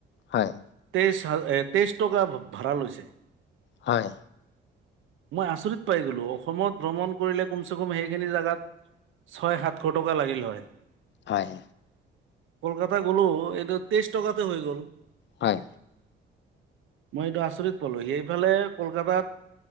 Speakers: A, on the left; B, on the right.
A: হয়।
B: তেই তেইশ টকা ভাড়া লৈছে
A: হয়।
B: মই আচৰিত পাই গলো অসমত ভ্ৰমণ কৰিলে কমচ কম সেইখিনি জোগাত ছয় সাতশ টকা লাগিল হয়
A: হয়।
B: কলকাতা গলো এইটো তেইছ টকাতে হৈ গ'ল
A: হয়।
B: মই এইটো আচৰিত পালো সেইফালে কলকাতাত